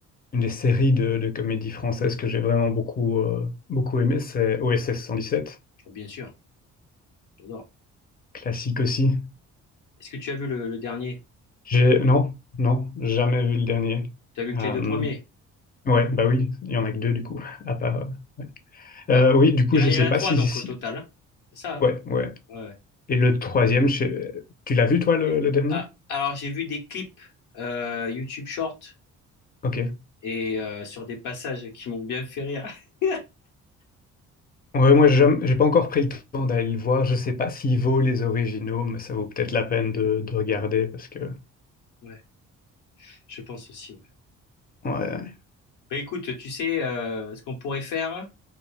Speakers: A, on the left; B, on the left.
A: une des séries de, de comédie française que j'ai vraiment beaucoup, euh, beaucoup aimé, c'est OSS 117.
B: bien sûr, j'adore.
A: Classique aussi.
B: Est-ce que tu as vu le, le dernier?
A: J'ai, non, non, jamais vu le dernier.
B: Tu as vu
A: Euh,
B: que les deux premiers?
A: ouais, bah oui, il y en a que deux du coup, <laughs> à part. euh, ouais.
B: Ouais.
A: Euh, oui, du coup,
B: Il y
A: je
B: en a, il
A: sais
B: y en a
A: pas
B: trois,
A: si,
B: donc,
A: si,
B: au total. hein. C'est ça, hein?
A: ouais, ouais.
B: Ouais.
A: Et le troisième, je- tu l'as vu toi le,
B: Et-
A: le dernier?
B: ah, alors, j'ai vu des clips euh, YouTube Short.
A: Ok.
B: et euh, sur des passages qui m'ont bien fait rire. <laughs>
A: Ouais, moi j'ai jamais- j'ai pas encore pris le temps d'aller le voir. Je sais pas s'il vaut les originaux, mais ça vaut peut-être la peine de, de regarder parce que
B: Ouais, je pense aussi. Ouais.
A: ouais,
B: Bah écoute, tu sais, euh, ce qu'on pourrait faire,